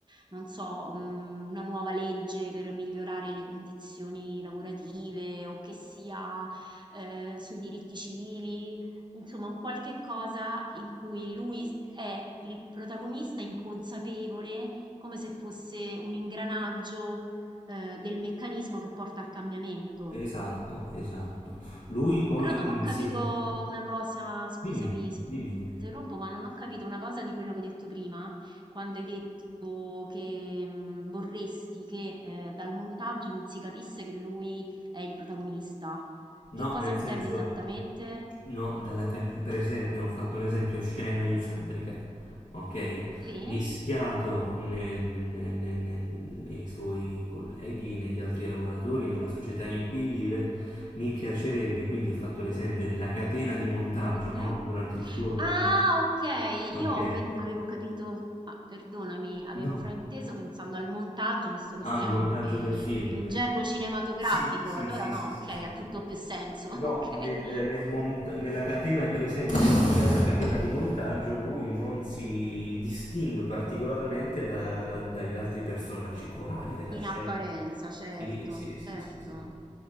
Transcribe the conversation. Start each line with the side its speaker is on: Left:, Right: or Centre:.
Right: non so, un- una nuova legge per migliorare le condizioni lavorative o che sia eh, sui diritti civili Insomma, un qualche cosa in cui lui s- è il protagonista inconsapevole, come se fosse un ingranaggio, eh, del meccanismo che porta al cambiamento.
Left: Esatto, esatto. Lui poi
Right: Però non
Left: insieme...
Right: ho capito una cosa, scusami
Left: Dimmi,
Right: se
Left: dimmi,
Right: ti interrompo,
Left: dimmi.
Right: ma non ho capito una cosa di quello che hai detto prima, quando hai detto che mh, vorresti che eh, dal montaggio non si capisse che lui è il protagonista.
Left: No,
Right: Che cosa
Left: nel
Right: intendi
Left: senso,
Right: esattamente?
Left: no, dalla cat- per esempio, ho fatto un esempio scena in fabbrica, ok?
Right: Sì?
Left: Mischiato nel- ne- ne- ne- nei suoi colleghi, negli altri lavoratori, nella società in cui vive, mi piacerebbe, quindi ho fatto l'esempio nella catena di montaggio,
Right: Mh-mh.
Left: no? Durante il turno,
Right: Ah, okay.
Left: ok?
Right: Io ho pen avevo capito ah, perdonami, avevo
Left: No.
Right: frainteso pensando al montaggio, visto che
Left: Ah,
Right: siamo,
Left: il montaggio
Right: ehm,
Left: del film.
Right: in gergo cinematografico.
Left: Sì, sì,
Right: Allora
Left: sì,
Right: no,
Left: sì, sì,
Right: okay,
Left: sì.
Right: ha tutto più senso. <laughs>
Left: No,
Right: Okay,
Left: nel- nel
Right: oka
Left: mont- nella catena, per esempio, no, c'è la catena di montaggio, lui non si distingue particolarmente da- dagli altri personaggi corali della
Right: In
Left: scena.
Right: apparenza, certo,
Left: Sì, sì, sì,
Right: certo.
Left: sì, sì.